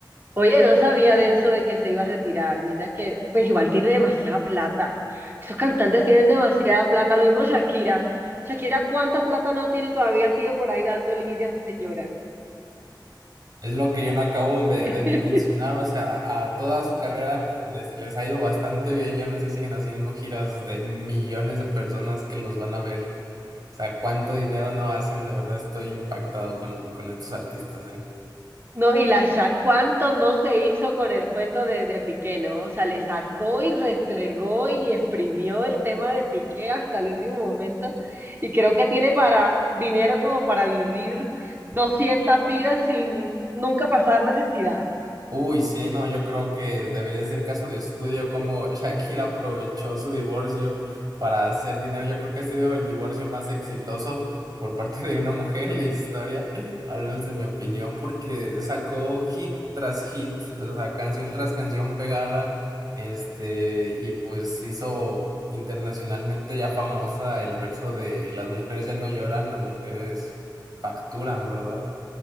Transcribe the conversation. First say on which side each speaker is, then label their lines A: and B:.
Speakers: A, on the right; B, on the right.
A: Oye, no sabía de eso de que se iba a retirar. Mira que, pues igual tiene demasiada plata. Esos cantantes tienen demasiada plata. Lo mismo Shakira. Shakira, ¿cuánta plata no tiene y todavía sigue por ahí dando lidia a esa señora?
B: Es lo que yo no acabo de,
A: <laughs>
B: de dimensionar, o sea, a toda su carrera pues, les, les ha ido bastante bien y aún así siguen haciendo giras de millones de personas que los van a ver. O sea, cuánto dinero no hacen, de verdad estoy impactado con, con estos artistas, ¿eh?
A: No, y la Shaq, ¿cuánto no se hizo con el cuento de, de Piqué, ¿no? O sea, le sacó y restregó y exprimió el tema de Piqué hasta el último momento. Y creo que tiene para dinero como para vivir 200 vidas sin nunca pasar necesidad.
B: Uy, sí, no, yo creo que debería ser caso de estudio como <laughs> Shakira aprovechó su divorcio para hacer dinero. Yo creo que ha sido el divorcio más exitoso por parte de una mujer en la historia, <laughs> al menos en mi opinión, porque sacó hit tras hit, o sea, canción tras canción pegada, este, y pues hizo internacionalmente ya famosa el verso de las mujeres ya no lloran, las mujeres facturan, ¿verdad?